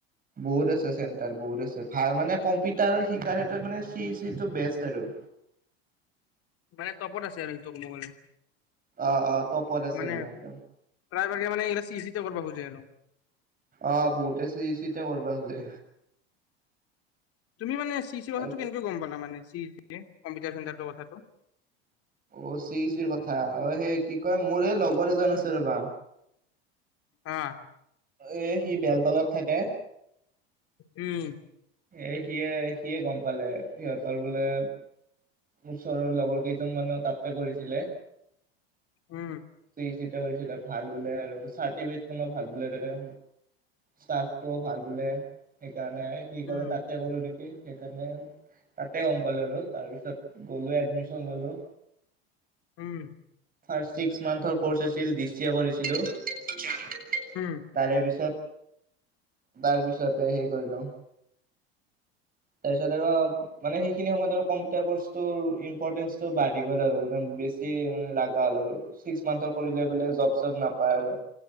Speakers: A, on the right; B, on the left.
A: বহুত আছে চেণ্টাৰ বহুত আছে, ভাল মানে কম্পিউটাৰ শিকাৰ এটা মানে চি চিটো বেষ্ট আৰু।
B: <inaudible> মানে টপত আছে আৰু এইটো ক'ব গ'লে,
A: অ', অ', টপত আছে
B: মানে-
A: একদম
B: প্ৰাইভাগে মানে এইগিলা চি চি তে কৰিব খোজে আৰু।
A: অ' বহুতে চি চি তে কৰবা খোজে।
B: তুমি মানে চি চি কথাটো
A: আৰু
B: কেনেকৈ গ'ম পালা মানে চি চি কম্পিউটাৰ চেণ্টাৰটোৰ কথাটো।
A: অ' চি চিৰ কথা অ' সেই কি কয় মোৰ এই লগৰ এজন আছে ৰ'বা।
B: অ'
A: এই সি বেলতলাত থাকে।
B: উম।
A: এই সিয়েই সিয়েই গ'ম পালে সিহঁতৰ বোলে ওচৰৰ লগৰ কেইজন মানেও তাতে কৰিছিলে।
B: উম।
A: চি চি তে কৰিছিলে ভাল বোলে আৰু চাৰ্টিফিকেট খনো ভাল বোলে তাতে। ষ্টাফটোও ভাল বোলে সেইকাৰণে সি ক'লে
B: উম
A: তাতে কৰোঁ নেকি? সেই সেইকাৰণে তাতে গ'ম পালোঁ আৰু তাৰ পিছত গলোঁ এডমিশ্যন ললোঁ।
B: উম।
A: ফাৰ্ষ্ট ছিক্স মান্থৰ ক'ৰ্চ আছিল ডি চি এ কৰিছিলোঁ।
B: উম
A: তাৰে পিছত তাৰ পিছতে হেই কৰিলোঁ। তাৰপিছত আৰু মানে সেইখিনি সময়ত আৰু কম্পিউটাৰ কৰ্চটোৰ ইম্পৰটেন্টচটো বাঢ়ি গ'ল আৰু বেছি মানে লগা হ'ল আৰু ছিক্স মান্থৰ কৰিলে বোলে জব্দ চব্দ নাপায় আৰু